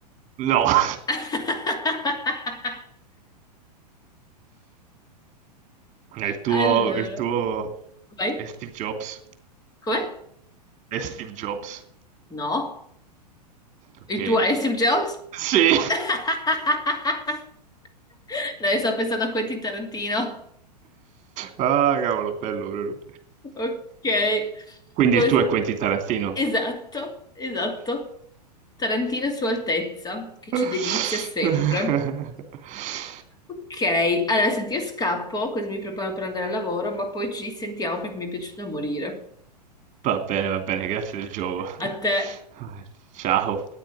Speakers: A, on the right (about 35°); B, on the left (about 20°).
A: No. <laughs>
B: <laughs>
A: Eh, Il tuo,
B: Allora,
A: il tuo
B: vai.
A: è Steve Jobs.
B: Com'è?
A: È Steve Jobs.
B: No.
A: Ok.
B: Il tuo è Steve Jobs?
A: Sì.
B: <laughs> Dai, sto pensando a Quentin Tarantino.
A: Ah, cavolo, bello proprio.
B: Ok.
A: Quindi
B: Vuoi
A: il tuo
B: sen-
A: è Quentin Tarantino.
B: Esatto, esatto. Tarantino Sua Altezza, che
A: <laughs>
B: ci delizia sempre. Ok, allora senti, io scappo, così mi preparo per andare al lavoro, ma poi ci sentiamo perché mi è piaciuto da morire.
A: Va bene, va bene, grazie del gioco. <laughs>
B: A te.
A: Ciao.